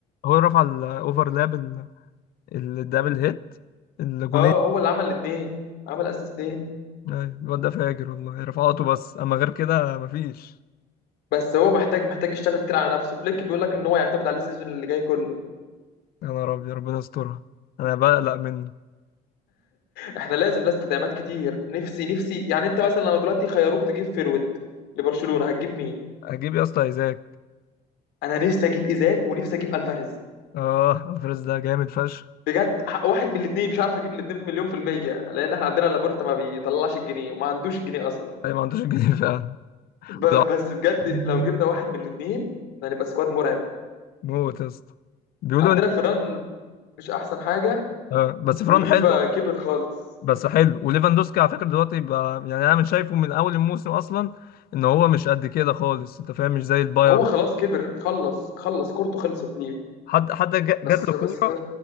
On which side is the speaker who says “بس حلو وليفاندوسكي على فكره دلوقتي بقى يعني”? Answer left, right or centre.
Left